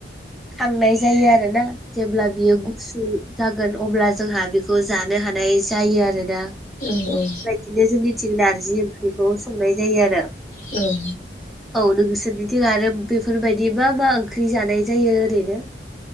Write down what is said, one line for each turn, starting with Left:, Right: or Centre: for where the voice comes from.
Centre: खांनाय जायो आरोना जेब्ला बियो गुसु जागोन अब्ला जोंहा बेखौ जानो हानाय जायो आरोना?
Left: औ औ
Centre: बिदिनो जोंनिथिं नारजि ओंख्रिखौ संनाय जायो आरो
Left: औ
Centre: औ नोंसोरनिथिं आरो बेफोरबायदि मा मा ओंख्रि जानाय जायो? ओरैनो।